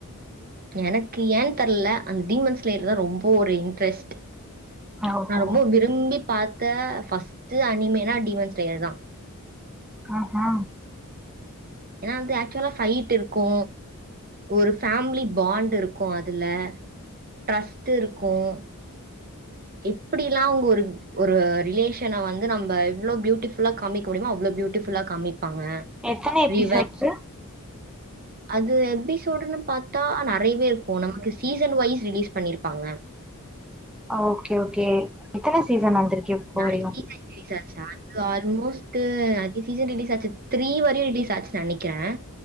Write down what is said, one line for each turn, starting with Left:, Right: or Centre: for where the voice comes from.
Right: எனக்கு ஏன் தெர்ல அந்த டீமன்ஸ்லயர்தா ரொம்ப ஒரு இன்ட்ரெஸ்ட்
Centre: ஓஹோ
Right: நா ரொம்ப விரும்பி பாத்த ஃபர்ஸ்டட் அனிமேன்னா டிமன்ஸ் டேயர் தா
Centre: அ ஆ
Right: ஏன்னா வந்து ஆக்சுவலா ஃபைட் இருக்கு ஒரு ஃபேமிலி பாண்ட் இருக்கும் அதுல ட்ரஸ்ட் இருக்கும் எப்பிடில்லா உங்க ஒரு ஒரு ரிலேஷன வந்து நம்ம எவ்ளோ பியூட்டிஃபுல்லா காமிக்க முடியுமோ அவ்ளோ பியூட்டிஃபுல்லா காமிப்பாங்க
Centre: எத்தன எபிசோட்ஸ்சு
Right: ரிவன் அது எபிசோடுன்னு பாத்தா நறையவே இருக்கும் நமக்கு சீசன் வைஸ் ரிலீஸ் பண்ணியிருப்பாங்க
Centre: ஓக்கே ஓக்கே எத்தன சீசன் வந்திருக்கு இப்போ
Right: நாளக்கி
Centre: வரையு
Right: தா ரிலீஸ் ஆச்சா இது ஆல்மோஸ்ட்டு அஞ்சு சீசன் ரிலீஸ் ஆச்சு த்ரீ வரையு ரிலீஸ் ஆச்சு நெனைக்கிறே